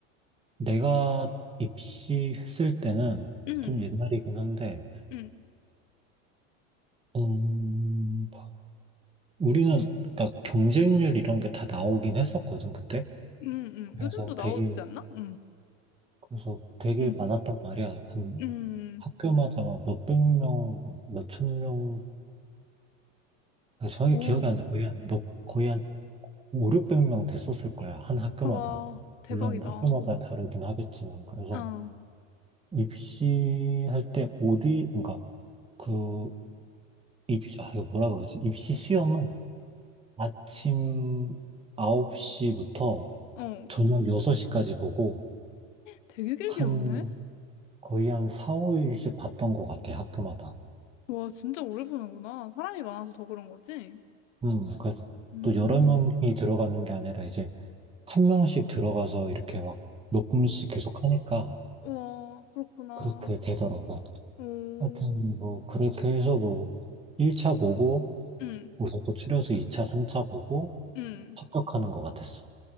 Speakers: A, on the right; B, on the left.
A: 내가 입시했을 때는
B: 응,
A: 좀 옛날이긴 한데,
B: 응,
A: 음, 우리는 그러니까 경쟁률 이런 게 다 나오긴 했었거든, 그때.
B: 응, 응.
A: 그래서
B: 요즘도 나오지
A: 되게,
B: 않나? 응,
A: 그래서 되게
B: 응,
A: 많았단 말이야. 한
B: 응.
A: 학교마다 막 몇백 명, 몇 천 명, 정확히
B: 오,
A: 기억이 안 나. 거의 한, 몇- 거의 한 5, 600명 됐었을 거야. 한 학교마다.
B: 와, 대박이다.
A: 물론 학교마다
B: 어,
A: 다르긴 하겠지만. 그래서
B: 어,
A: 입시할 때 어디, 그러니까 그 입시, 아, 이거 뭐라 그러지? 입시 시험은 아침 9시부터
B: 어.
A: 저녁 6시까지 보고
B: 되게 길게
A: 한
B: 보네?
A: 거의 한 4, 5일씩 봤던 것 같아, 학교마다.
B: 와, 진짜 오래 보는구나. 사람이 많아서 더 그런 거지?
A: 음, 그
B: 음,
A: 또 여러 명이 들어가는 게 아니라 이제 한 명씩 들어가서 이렇게 막 몇 분씩 계속 하니까
B: 와, 그렇구나.
A: 그렇게 되더라고.
B: 오.
A: 하여튼 뭐 그렇게 해서 뭐 1차 보고
B: 응
A: 거기서 또 추려서 2차, 3차 보고
B: 응
A: 합격하는 것 같았어.